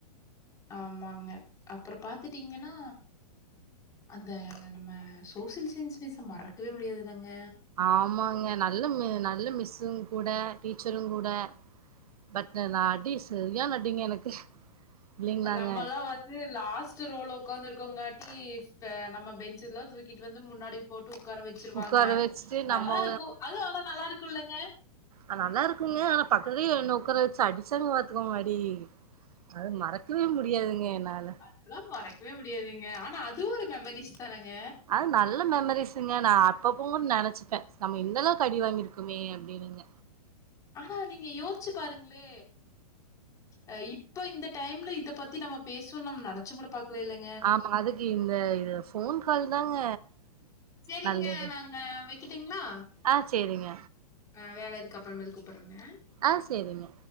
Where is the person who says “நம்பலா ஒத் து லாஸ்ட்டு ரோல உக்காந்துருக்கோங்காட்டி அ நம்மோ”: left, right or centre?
Left